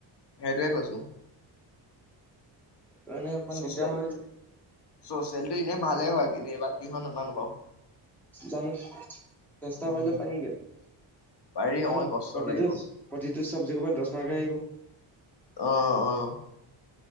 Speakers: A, on the left (about 50°); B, in the centre.
A: সেইটোৱে কৈছো।
B: তেনে অকণ
A: চচিয়েল
B: দিগদাৰ হয় যে।
A: চ'চিয়েলটো এনেই ভালে হয়। কিন্তু এইবাৰ কি হয় নাজানো বাৰু।
B: জানো, ৰেষ্টা
A: উম
B: কৰিলে পাৰিগেই। কাৰন
A: পাৰি অকমান কষ্ট
B: প্ৰতিটো
A: লাগিব
B: প্ৰতিটো চাবজেক্ট ক'ৰ পৰা, দহ মাৰকহে আহিব।
A: অহ, অহ।